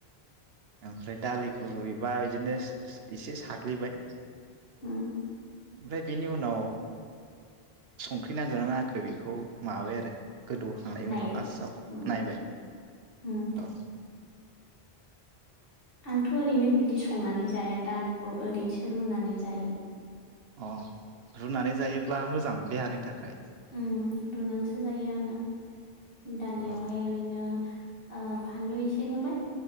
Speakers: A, on the right; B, on the left.
A: ओमफ्राय दालिखौ रुइबा इदिनो एसे साग्लिबाय।
B: उम
A: ओमफ्राय बेनि उनाव संख्रि नांदो ना नाङाखै बे बेखौ माबाबाय आरो गोदौखांनायनि
B: नायबाय
A: उनाव लासाव
B: उम
A: नायबाय
B: उम
A: औ
B: आंथ ओरैनो बिदि दि संनानै जाया दालिखौ ओरैनो रुनानै जायो
A: अह रुनानै जायोब्ला मोजां देहानि थाखाय
B: उम रुनानैसो जायो आङो दालियावहाय
A: औ
B: ओरैनो ओ फानलु एसे होबाय